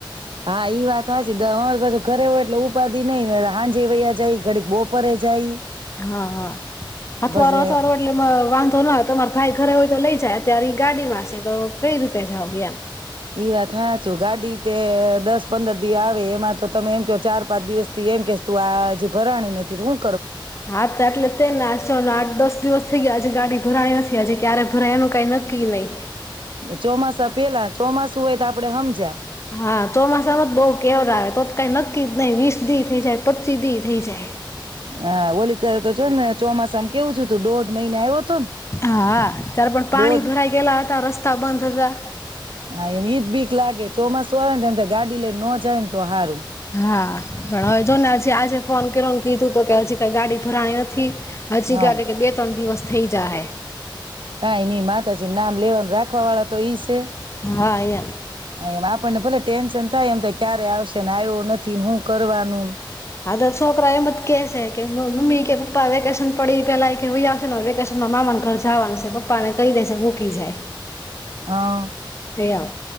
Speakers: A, on the right (about 80°); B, on the left (about 35°).
A: હા એઈ વાત હચ અરી પાછ ઘરે હોય એટલે ઉપાધિ નઈ ને હાંજ વૈયા જાય ઘડીક બપોરે જાય.
B: હા હા. અથવારો
A: પછી
B: અથવારો એટલે વાંધો ના આવે તમારે ભાઈ ઘરે હોય તો લઈ જ અત્યારે ગાડીમાં છે તો કઈ રીતે જાવ એમ.
A: એવા થાચું ગાડી તે દસ પંદર દિવસ આવે એમાં તો તમે એમ કે ચાર પાંચ દિવસ થી એમ કે તું આજી ભરાણી નથી તું
B: હા તો એટલે થને છેને આઠ દસ દિવસ થઈ ગયા આજે ગાડી ભરાણી નથી આજે ક્યારે ભરાય એનું કઈ નક્કી નહી.
A: ચોમાસા પેલા ચોમાસું હોય તો આપડે હમજ્યા
B: હા ચોમાસામાં જ બહ કેવર આવે તો કઈ નક્કી જ નહી વીસ દી થઈ જાય પચીસ દી થઈ જાય.
A: હ ઓલિક તો જો ને ચોમાસામ કેવું છું તું દોઢ મહિને આવ્યો. હતો ને
B: હા ત્યારે પણ પાણી
A: દોઢ
B: ભરાઈ ગયેલા હતા રસ્તા બંધ હતા.
A: હા એમ ઈજ બીક લાગે. ચોમાસું આવે ને તેમમ ગાડી લઈ ન જાયને તો હારું.
B: હા પણ હવે જો ને હજી આજે ફોન કર્યોને કીધું તો કે હજી કઈ ગાડી ભરાણી નથી. હજી
A: હા
B: ગયા કે બે ત્રણ દિવસ થઈ જા હે.
A: કાયની માતાજી નામ લેવાનું રાખવા વાળા તો ઈ છે,
B: હા એમ
A: એમ આપણને ભલે ટેન્શન થાય એમ તો ક્યારે આવશે ને આવ્યો નથી હું કરવાનું.
B: હા તો છોકરા એમ જ કે છે કે મમ્મી કે પપ્પા વેકેશન પડી પેલા મૂકી આવશે ને વેકેશન માં મામાનું ઘર જવાનું છે પપ્પા ને કહી દેશે મૂકી જાય.
A: હા,
B: એ આવ